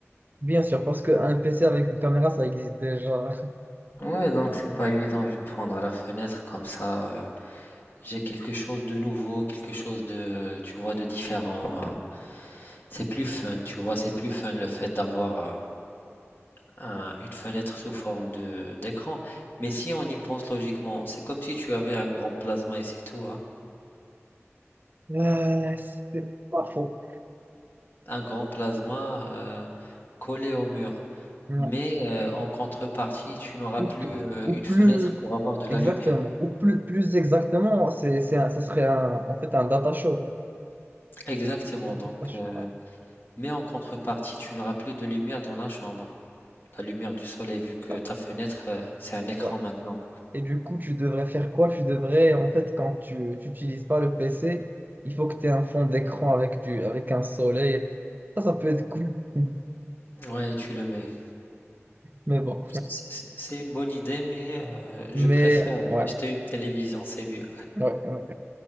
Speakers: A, on the right; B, on the left.
A: Bien sûr, parce qu'un PC avec une caméra, ça existe déjà.
B: Ouais, donc c'est pas évident, je vais prendre à la fenêtre comme ça. euh, j'ai quelque chose de nouveau, quelque chose de, tu vois, de différent. euh. C'est plus fun, tu vois, c'est plus fun le fait d'avoir euh, un- une fenêtre sous forme de d'écran. Mais si on y pense logiquement, c'est comme si tu avais un grand plasma et c'est tout, hein.
A: Euh, c'est pas faux.
B: Un grand plasma euh, collé au mur.
A: Non.
B: Mais euh, en contrepartie, tu n'auras
A: Ou,
B: plus
A: p-
B: euh,
A: ou
B: une
A: plus
B: fenêtre pour avoir de la
A: exactement.
B: lumière.
A: Ou plus, plus exactement, c'est, c'est un- ça serait un- en fait un data show, quoi.
B: Exactement,
A: Un
B: donc.
A: data show,
B: euh,
A: ah,
B: Mais en contrepartie, tu n'auras plus de lumière dans la chambre. La lumière du soleil, vu que
A: ah,
B: ta fenêtre, euh, c'est un écran
A: Ouais.
B: maintenant.
A: Et du coup, tu devrais faire quoi? Tu devrais, en fait, quand tu n'utilises pas le PC, il faut que tu aies un fond d'écran avec du, avec un soleil. Ça, ça peut être cool. <laughs>
B: Ouais, tu le mets.
A: Mais bon.
B: C'est c'est- c'est une bonne idée, mais euh, je
A: Mais
B: préfère
A: ouais,
B: acheter une télévision, c'est mieux.
A: ouais, ouais.